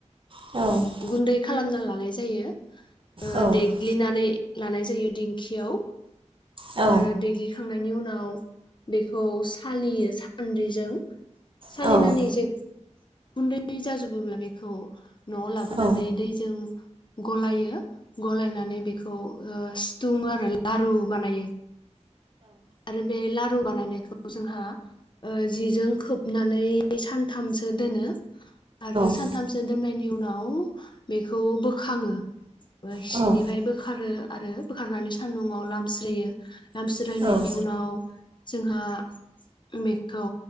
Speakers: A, on the right (about 45°); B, on the left (about 40°).
A: सानब्रैसिम
B: गुन्दै खालामना लानाय जा यो। ओ
A: खान्थाफोराव
B: देग्लिनानै लानाय जायो दिेंखियाव।
A: अरजों
B: आरो दग्लि खांनायनि उनाव बेखौ सालियो सान्द्रिजों। सालिनानै
A: सावो
B: जों गुन्दै जाजोबोब्ला बेखौ न'आव लाबोनानै
A: जेनेबा जौ
B: दैजों गलायो। गलायनानै बेखौ ओ सिथुमोआरो लारु बानायो। आरो बे लारु बानायनायखौ जोंहा ओ जिजों खोबनानै सानथामसो दोनो। आरो
A: जौ सावनो
B: सानथामसो दोननायनि। उनाव बेखौ बोखाङो।
A: थाखाय
B: सिनिफाय बोखारो। आरो बोखारनानै सान्दुंआव लामस्रोयो लामस्रो <unintelligible>
A: इन्जुरनि
B: उनाव जोंहा बेखौ।